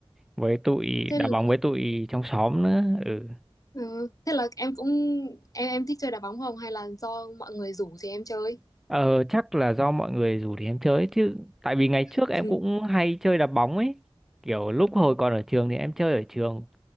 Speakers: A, in the centre; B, on the left (about 35°).
A: với tụi
B: Thế
A: đá
B: là
A: bóng với tụi trong xóm nữa. Ừ.
B: ừ, thế là em cũng em em thích chơi đá bóng không hay là do mọi người rủ thì em chơi?
A: Ờ, chắc là do mọi người rủ thì em chơi chứ, tại vì ngày trước
B: <laughs>
A: em cũng hay chơi đá bóng ấy. Kiểu lúc hồi còn ở trường thì em chơi ở trường,